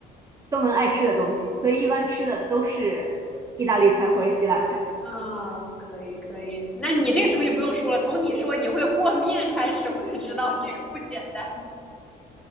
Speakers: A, on the right (about 20°); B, in the centre.
A: 都能爱吃的东西，所以一般吃的都是意大利菜或者希腊菜，
B: 嗯，可以可以。那你这厨艺不用说了，从你说你会和面开始，我就知道这个不简单。